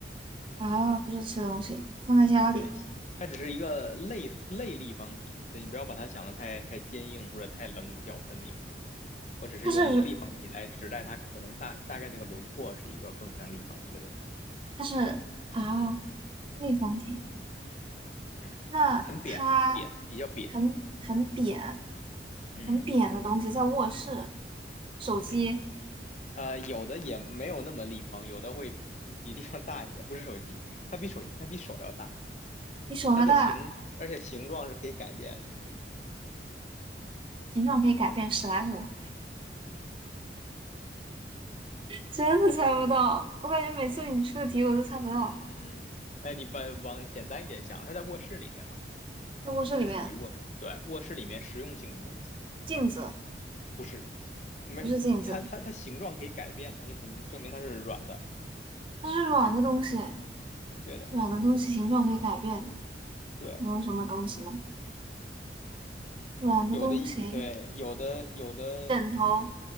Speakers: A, on the right (about 30°); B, on the left (about 40°).
A: 啊，不是吃的东西，放在家里，
B: 对，它只是一个类似类立方体，所以你不要把它想的太太坚硬或者太棱角分明。我只是用立方体来指代它可能大大概那个轮廓是一个更像立方体的东西。
A: 它是它是啊，立方体。
B: 嗯，
A: 那它
B: 很扁扁，比较扁。
A: 很很扁，
B: 嗯
A: 很扁的东西在卧室，手机
B: 嗯，呃，有的也没有那么立方，有的会嗯比立方大一些。不是手机，它比手机它比手要大，
A: 比手还大，
B: 它的形而且形状是可以改变的。
A: 形状可以改变史莱姆，真的猜不到。我感觉每次你出的题我都猜不到。
B: 嗯，呃，你把往简单一点想，它在卧室里边嘛。
A: 在卧室里面，
B: 这属于卧室，对，卧室里面实用性的东西，
A: 镜子
B: 不是，没，
A: 不是镜子，
B: 它它它形状可以改变嘛，就肯定证明它是软的，
A: 它是软的东西，
B: 对的，
A: 软的东西形状可以改变，
B: 对，
A: 能有什么东西呢？软的东西，
B: 有的一对，有的有的，
A: 枕头